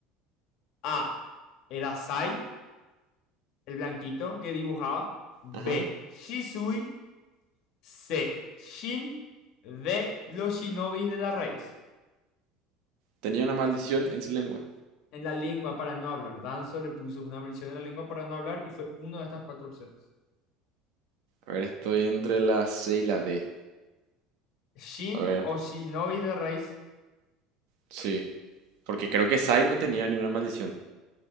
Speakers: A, on the left; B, on the right.
A: A. Era Sai, el blanquito que dibujaba. B.
B: Ajá.
A: Shisui. C. Shin. D. Los shinobis de la raíz.
B: Tenía una maldición en su lengua.
A: En la lengua para no hablar. Danzo le puso una maldición en la lengua para no hablar y fue una de estas cuatro opciones.
B: A ver, estoy entre la C y la D.
A: Shin
B: A ver,
A: o shinobis de la raíz
B: sí. Porque creo que Sai no tenía ninguna maldición.